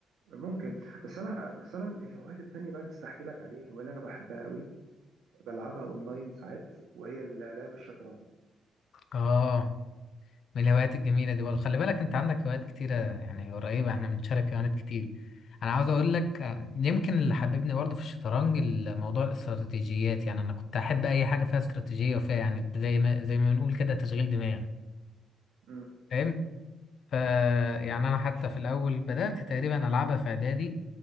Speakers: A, on the right; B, on the left.
A: ممكن بس انا بس انا الهوايات التانية بقى نستحكي لك عليه الهوايه اللي انا بحبها قوي بلعبها اونلاين ساعات وهي ال- لعب الشطرنج
B: اه من الهوايات الجميلة دي برضه خلي بالك انت عندك هوايات كتيرة يعني قريبة احنا بنشارك هوايات كتير انا عاوز اقول لك آه، يمكن اللي حببني برضه في الشطرنج الموضوع الاستراتيجيات يعني انا كنت احب اي حاجة فيها استراتيجية وفيها يعني زي ما زي ما بنقول كده تشغيل دماغ
A: مم.
B: فاهم ف يعني انا حتى في الاول بدأت تقريبا العبها في اعدادي